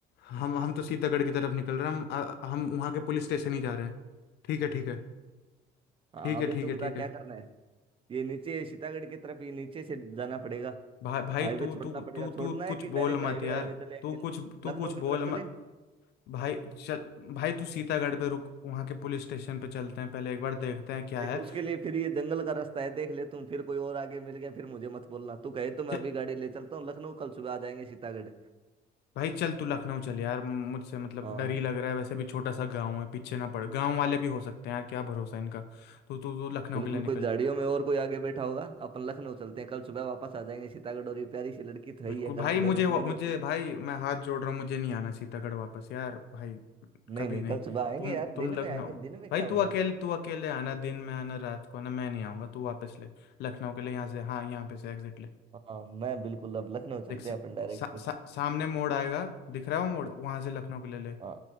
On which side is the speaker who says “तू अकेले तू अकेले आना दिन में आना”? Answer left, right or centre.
Left